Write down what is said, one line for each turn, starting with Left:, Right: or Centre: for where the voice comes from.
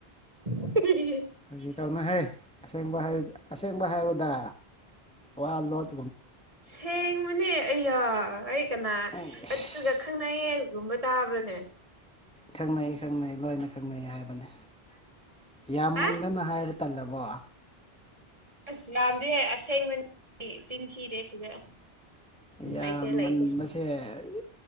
Right: ꯎꯝ ꯍꯨꯡ ꯍꯨꯡ ꯍꯨꯡ
Centre: ꯐꯥꯒꯤ ꯇꯧꯅꯨꯍꯦ ꯑꯁꯦꯡꯕ ꯍꯥꯏ ꯑꯁꯦꯡꯕ ꯍꯥꯏꯔꯣꯗ ꯋꯥ ꯂꯣꯠ
Right: ꯁꯦꯡꯕꯅꯦ ꯑꯩꯌ ꯑꯩ ꯀꯅꯥ
Centre: ꯑꯩꯁ
Right: ꯑꯗꯨꯒ ꯈꯪꯅꯩꯌꯦ ꯨꯒꯨꯝꯕ ꯇꯥꯕ꯭ꯔꯅꯦ
Centre: ꯈꯪꯅꯩ ꯈꯪꯅꯩ ꯂꯣꯏꯅ ꯈꯪꯅꯩ ꯍꯥꯏꯕꯅꯦ ꯌꯥꯝꯃꯟꯗꯅ
Right: ꯑ
Centre: ꯍꯥꯏꯕ ꯇꯜꯂꯕꯣ
Right: ꯑꯁ ꯌꯥꯝꯗꯦ ꯑꯁꯦꯡꯕꯅꯤ ꯆꯤꯟꯊꯤꯗꯦ ꯁꯤꯗ
Centre: ꯌꯥꯝꯃꯟꯕꯁꯦ
Right: ꯂꯩꯇꯦ ꯂꯩꯇꯦ
Centre: ꯏ